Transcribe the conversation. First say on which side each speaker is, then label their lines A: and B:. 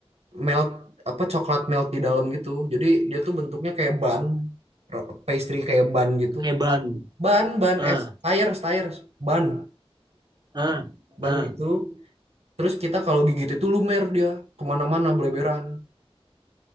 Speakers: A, on the right; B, on the right.
A: melt apa coklat melt di dalam gitu. Jadi dia tuh bentuknya kayak bun, ro- pastry kayak bun gitu.
B: Kayak ban.
A: Bun, bun
B: Ah,
A: es, tires, tires, bun,
B: ah,
A: bun
B: ah,
A: gitu. Terus kita kalau gigit itu lumer dia kemana-mana beleberan.